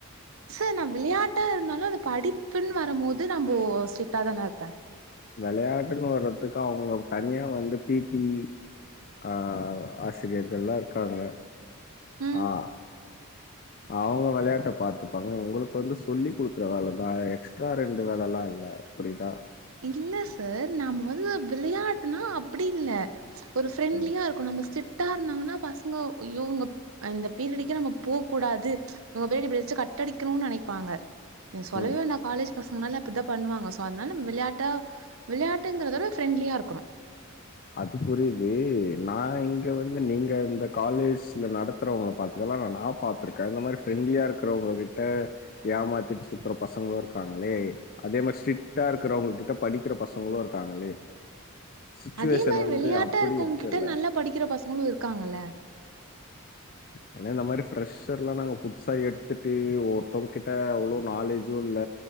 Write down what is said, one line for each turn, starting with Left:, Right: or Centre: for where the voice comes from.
Right: சார் நா விளையாட்டா இருந்தாலு அந்த படிப்புன்னு வரம் போது நம்போ ஸ்டிரிட்டா தான இருப்பே
Left: விளையாட்டுன்னு வரதுக்கு அவுங்க தனியா வந்து பி டி ஆ ஆசிரியர்கள்லா இருக்காங்க
Right: ம்
Left: ஆ அவுங்க வெளையாட்ட பாத்துப்பாங்க உங்களுக்கு வந்து சொல்லி குடுக்குற வேலைதா எக்ஸ்ட்ரா ரெண்டு வேலல்லா இல்ல புரியுதா
Right: இல்ல சார் நாம வந்து விளையாட்டுனா அப்புடி இல்ல ஒரு ஃப்ரெண்ட்லியா
Left: ம்
Right: இருக்கு நம்ப ஸ்ரிக்டா இருந்தாங்கன்னா பசங்கோ அய்யோ அவுங்க அந்த பீரியடிக்கு நம்ம போ கூடாது உங்க பீரிட எப்படியாச்சு கட்ட அடிக்கணுன் நெனைப்பாங்க நீ சொல்லவே
Left: ம்
Right: வேனா காலேஜ் பசங்கனால அப்டிதா பண்ணுவாங்க ஸோ அதனால நம்ம விளையாட்டா விளையாட்டுங்கறதோட ஃப்ரெண்ட்லியா இருக்கணு
Left: அது புரியது நா இங்க வந்து நீங்க இந்த காலேஜ்ல நடத்துறவங்கள பாத்ததெல்லா நா பாத்துருக்கே இந்த மாரி ஃப்ரெண்ட்லியா இருக்கிறவங்க கிட்ட ஏமாத்திட்டு சுத்துற பசங்களு இருக்காங்களே அதே மாரி ஸ்ட்ரிக்டா இருக்கறவங்க கிட்ட படிக்கிற பசங்களு இருக்காங்களே சிச்சுவேஷன்
Right: அதே மாரி
Left: வந்து
Right: விளையாட்டா
Left: அப்படி
Right: இருக்கவங்க
Left: இருக்குல்ல.
Right: கிட்ட நல்லா படிக்கிற பசங்களு இருக்காங்கல்ல
Left: ஏன்னா இந்த மாரி பிரரெஷர்ல்லா நாங்க புதுஸா எடுத்துட்டு ஒர்த்தவங்க கிட்ட அவ்ளோ நாலேஜு இல்ல